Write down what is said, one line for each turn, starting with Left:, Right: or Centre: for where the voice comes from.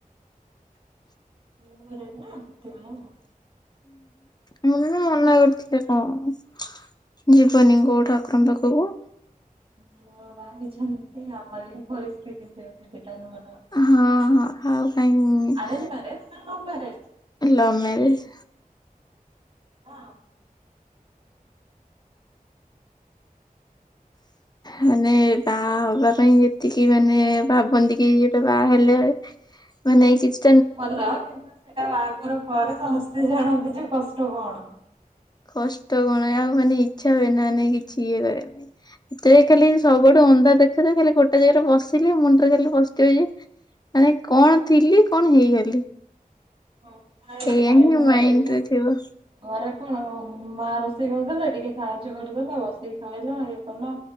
Right: ନିଉ ମ୍ୟାରେଡ୍ ନା ସେଥି ପାଇଁ ଆଉ।
Left: ମତେ ତ ମନା କରିଥିଲେ କଣ ଯି ଯିବନି କୋଉ ଠାକୁରଙ୍କ ପାଖକୁ
Right: ନୁଆ ବାହା ହେଇଛନ୍ତି ଆମର ଏ ପରିସ୍ଥିତି ସେମିତି ଆରେଞ୍ଜ
Left: ହଁ ହଁ ଆଉ କାହିଁ
Right: ମ୍ୟାରେଜ୍ ନା ଲଭ ମ୍ୟାରେଜ୍?
Left: Love marriage.
Right: ହଁ।
Left: ମାନେ ବା ବାହା ହେବା ପାଇଁ ଯେତିକି ମାନେ ଭାବନ୍ତି କି ଯୋଟା ବାହା ହେଲେ ମାନେ କିଛି
Right: ଭଲ କିନ୍ତୁ ସେଟା ବାହାଘର ପରେ ସମସ୍ତେ ଜାଣନ୍ତି ଯେ କଷ୍ଟ କଣ।
Left: କଷ୍ଟ କଣ ଆଉ ମାନେ ଇଚ୍ଛା ହୁଏ ନା ମାନେ କିଛି ଇଏ କରିବା ପାଇଁ ଏଥି ଖାଲି ସବୁଠୁ ଅନ୍ଧା ଦେଖାଯାଏ ଖାଲି ଗୋଟେ ଜାଗାରେ ବସିଲି ମୁଣ୍ଡରେ ଖାଲି ପର୍ସିଥିବ ଯେ ମାନେ କଣ ଥିଲି କଣ ହେଇଗଲି।
Right: ହଁ ଖାଇ
Left: ଏଇଆ
Right: ଖାଇବା
Left: ହିଁ ମାଇଣ୍ଡରେ
Right: ଏ ଯୋ
Left: ଥିବ
Right: ଘରେ କଣ ହ? ମା ରୋଷେଇ କରିଦେଲେ ଟିକେ ସାହାଯ୍ୟ କରିଦେଲେ ବସିକି ଖାଇଲ ଇଏ କଲ